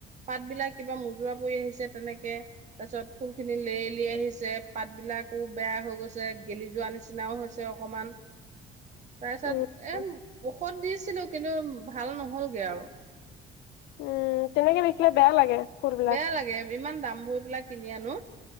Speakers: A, on the right (about 45°); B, on the left (about 90°).
A: পাত বিলাক কিবা মুজুৰা পৰি আহিছে তেনেকে তাৰপিছত ফুল খিনি লে লে আহিছে পাতবিলাকো বেয়া হৈ গৈছে গেলি যোৱা নিচিনাও হৈছে অকমান তাৰ পিছত
B: উম
A: এ মুখত দিছিলো ভাল নহ'লগে আৰু।
B: উম, তেনেকে লিখিলে বেয়া লাগে ফুলবিলাক
A: বেয়া লাগে ইমান দাম ভৰি পেলাক কিনি আনো।